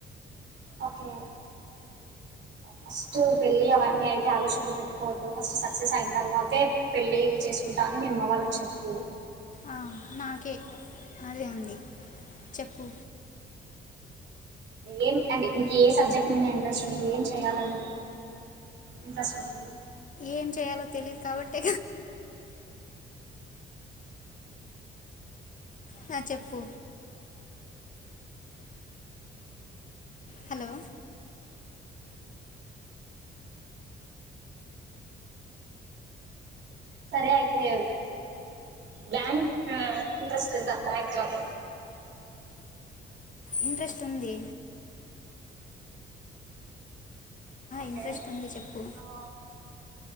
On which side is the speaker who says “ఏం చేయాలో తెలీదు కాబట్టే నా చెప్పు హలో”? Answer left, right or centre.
Left